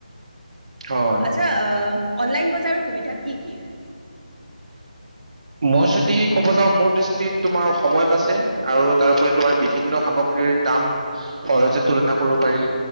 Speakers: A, on the right (about 55°); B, on the right (about 80°).
A: হয়
B: আচ্ছা অ অনলাইন ব সুবিধা কি কি?
A: মই যদি ক'ব যাওঁ মোৰ দৃষ্টিত তোমাৰ সময় বাচে আৰু তাৰপৰি তোমাৰ বিভিন্ন সামগ্ৰীৰ দাম সহজে তুলনা কৰিব পাৰি